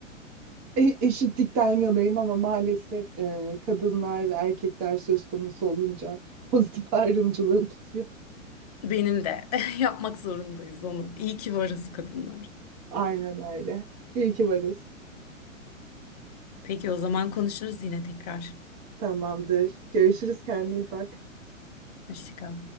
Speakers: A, on the right; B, on the left.
A: e- eşitlikten yanayım ama maalesef e, kadınlar ve erkekler söz konusu olunca pozitif <laughs> ayrımcılığım tutuyor.
B: benim de. <laughs> Yapmak zorundayız onu. İyi ki varız kadınlar.
A: Aynen öyle. İyi ki varız.
B: Peki o zaman konuşuruz yine tekrar.
A: Tamamdır. Görüşürüz. Kendine iyi bak.
B: Hoşça kal.